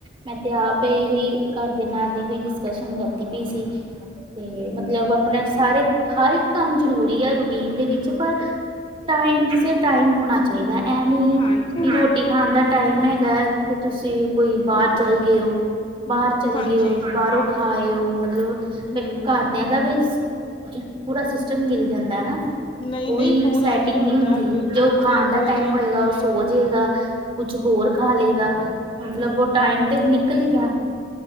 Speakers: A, on the right (about 30°); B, on the left (about 30°).
A: ਮੈਂ ਤੇ ਆਪ ਇਹੀ ਘਰ ਦੇ ਨਾਲ ਇਹੋ ਹੀ ਡਿਸਕਸ਼ਨ ਕਰਦੀ ਪਈ ਸੀ। ਤੇ ਮਤਲਬ ਆਪਣੇ ਸਾਰੇ ਹਰ ਇੱਕ ਕੰਮ ਜਰੂਰੀ ਹੈ ਰੂਟੀਨ ਦੇ ਵਿੱਚ ਪਰ ਟਾਈਮ ਸ ਟਾਈਮ ਹੋਣਾ ਚਾਹੀਦਾ ਇਹ ਨੀ
B: ਹਾਂਜੀ,
A: ਕਿ ਰੋਟੀ ਖਾਣ ਦਾ ਟਾਈਮ ਹੈਗਾ। ਤੁਸੀਂ ਕੋਈ ਬਾਹਰ ਚੱਲ ਗਏ ਹੋ। ਬਾਹਰ ਚਲ
B: ਹਾਂਜੀ,
A: ਗਏ ਹੋ ਬਾਹਰੋਂ ਖਾਏ ਹੋ। ਮਤਲਬ ਫੇਰ
B: ਹੂੰ।
A: ਘਰਦਿਆਂ ਦਾ ਵੀ ਪੂਰਾ ਸਿਸਟਮ ਹਿਲ ਜਾਂਦਾ ਨਾ।
B: ਨਹੀਂ-
A: ਉਹ
B: ਨਹੀਂ
A: ਵੀ
B: ਪੂਰਾ
A: ਸੈਟਿੰਗ
B: ਜੀ ਹੁੰਦਾ
A: ਨਹੀਂ ਹੁੰਦੀ
B: ਬਿਲਕੁਲ-
A: ਜੋ ਖਾਣ
B: ਬਿਲਕੁਲ
A: ਦਾ ਟਾਈਮ
B: ਜੀ।
A: ਹੋਏਗਾ ਉਹ ਸੋ ਜਾੇਗਾ। ਕੁਛ ਹੋਰ ਖਾ ਲਏਗਾ। ਮਤਲਬ ਉਹ ਟਾਈਮ ਤੇ ਨਿਕਲ ਗਿਆ।